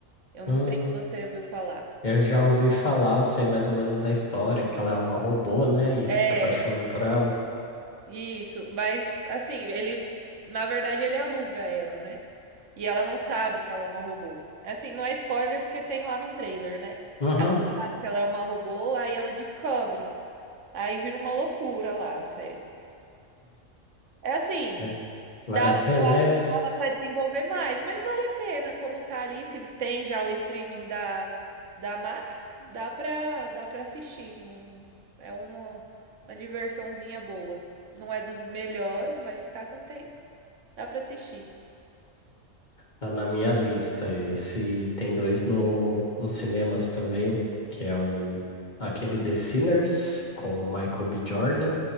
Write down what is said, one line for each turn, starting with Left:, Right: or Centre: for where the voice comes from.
Right: Eu não
Left: Hum,
Right: sei se você ouviu falar.
Left: eu já ouvi falar, sei mais ou menos a história, que ela é uma robô, né? E ele
Right: É,
Left: se apaixona por ela.
Right: isso, mas assim, ele na verdade ele aluga ela, né? E ela não sabe que ela é uma robô. É Assim, não é spoiler porque tem lá no trailer, né?
Left: Uhum.
Right: Ela não sabe que ela é uma robô, aí ela descobre. Aí vira uma loucura lá a série. É assim,
Left: É-
Right: dava,
Left: Vale a pena
Right: eu acho
Left: esse?
Right: que dava pra desenvolver mais, mas vale a pena. Como tá ali, se tem já o streaming da, da Max, dá pra, dá pra assistir. Não, é uma, uma diversãozinha boa. Não é dos melhores, mas se tá com tempo, dá pra assistir.
Left: Tá na minha lista esse. e Tem dois no, nos cinemas também, que é o aquele The Sinners com o Michael B. Jordan.